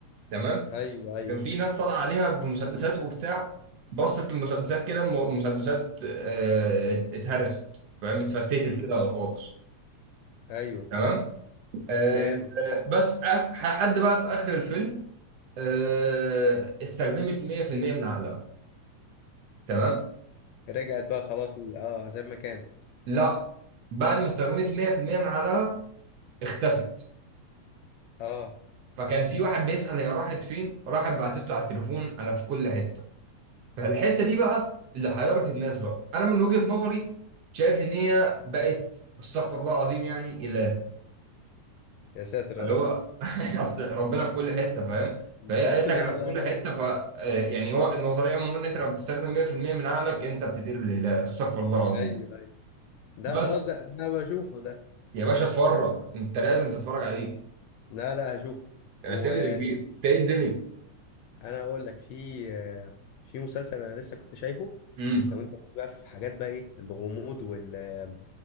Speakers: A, on the right (about 70°); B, on the left (about 80°).
A: تمام
B: ايوه ايوه
A: كان في ناس طالعه عليها بمسدسات وبتاع بصت المسدسات كده الم- المسدسات آه، اتهرست فاهم اتفتتت
B: امم
A: كده خالص
B: ايوه
A: تمام آه،
B: فاهم
A: آه، بس آه، حد بقى في اخر الفيلم آه، استخدمت 100% من عقلها تمام
B: رجعت بقى خلاص اه زي ما كانت
A: لا بعد ما استخدمت 100% من عقلها اختفت
B: اه
A: فكان في واحد بيسأل هي راحت فين راحت بعتت له على التليفون انا في كل حتة فالحتة دي بقى اللي حيرت الناس بقى انا من وجهة نظري شايف ان هي بقت استغفر الله العظيم يعني اله
B: يا ساتر يا
A: اللي
B: رب
A: هو <laughs> اصل ربنا في كل حتة فاهم
B: <laughs> لا
A: فهي قالت
B: لا
A: لك انا في
B: لا
A: كل
B: لا
A: حتة ف آه، يعني هو النظرية عموما ان انت لما بتستخدم 100% من عقلك انت بتتقلب الاله استغفر الله العظيم
B: لا ايوه ايوه ده
A: بس
B: خلاص ده انا بشوفه ده
A: يا باشا اتفرج انت لازم تتفرج عليه
B: لا لا هشوف
A: اعتمد
B: وانا
A: يا كبير انت ايه الدنيا
B: اقول لك في آه، في مسلسل انا لسه كنت شايفه
A: امم
B: لو انت بقى في حاجات بقى ايه الغموض وال